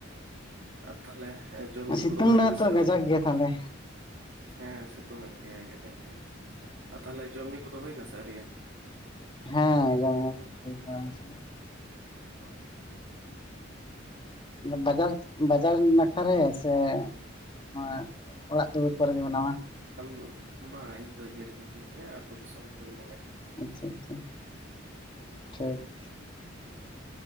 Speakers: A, on the right; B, on the left.
A: ᱟᱨ ᱛᱟᱦᱚᱞᱮ ᱡᱚᱢ ᱧᱩ
B: ᱥᱤᱛᱩᱝ
A: ᱠᱚᱫᱚ ᱦᱩᱭ
B: ᱫᱟᱭ
A: ᱱᱟᱥᱮ
B: ᱛᱚ
A: ᱟᱹᱣᱨᱤᱭᱟ?
B: ᱠᱟᱡᱟᱠ ᱜᱮ ᱛᱟᱦᱚᱞᱮ
A: ᱦᱮᱸ ᱥᱤᱛᱩᱝ ᱮᱫ ᱜᱮᱭᱟᱭ ᱠᱟᱡᱟᱠ ᱜᱮ, ᱟᱨ ᱛᱟᱦᱚᱞᱮ ᱡᱚᱢ ᱧᱩ ᱠᱚᱫᱚ ᱦᱩᱭ ᱱᱟᱥᱮ ᱟᱹᱣᱨᱤᱭᱟ?
B: ᱦᱮᱸ ᱡᱚᱢ ᱧᱩ ᱦᱩᱭ ᱵᱟᱲᱟ ᱠᱟᱱᱟ ᱾
A: ᱚ
B: ᱵᱟᱡᱟᱨ ᱵᱟᱡᱟᱨ ᱱᱟᱠᱷᱟ ᱨᱮ ᱥᱮᱼᱼ ᱱᱚᱣᱟ ᱚᱲᱟᱜ ᱫᱩᱣᱟᱹᱨ ᱠᱚᱨᱮᱜᱮ ᱢᱟᱱᱟᱣᱟ ᱾
A: <unintelligible> ᱵᱟᱝ ᱤᱧ ᱫᱚ ᱤᱭᱟᱹ ᱨᱮᱜᱮ ᱢᱤᱱᱟᱹᱧᱟ, ᱟᱹᱛᱩ ᱫᱤᱥᱚᱢ ᱨᱮᱜᱮ ᱢᱤᱱᱟᱹᱧᱟ ᱾
B: ᱟᱪᱪᱷᱟ ᱟᱪᱪᱷᱟ, ᱴᱷᱤᱠ ᱾